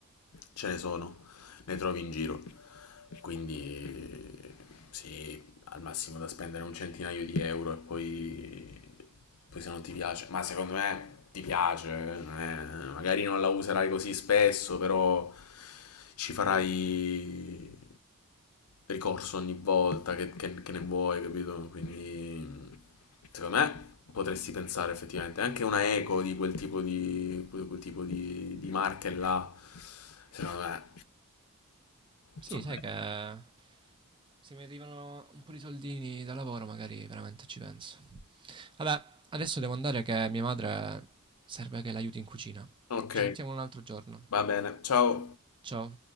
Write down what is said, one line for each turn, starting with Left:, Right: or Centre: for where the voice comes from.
Left: ce ne sono, ne trovi in giro. Quindi, sì, al massimo da spendere un centinaio di euro e poi, poi se non ti piace, ma secondo me ti piace, non è- magari non la userai così spesso, però ci farai ricorso ogni volta che, che- che ne vuoi, capito? Quindi secondo me potresti pensare effettivamente anche una eco di quel tipo di, quel quel tipo di, di marche là, secondo me
Right: Sì,
Left: sono
Right: sai
Left: belle.
Right: che Se mi arrivano un po' di soldini da lavoro, magari veramente ci penso. Vabbè, adesso devo andare che mia madre serve che l'aiuti in cucina.
Left: Ok,
Right: Ci sentiamo un altro giorno.
Left: va bene. Ciao.
Right: Ciao.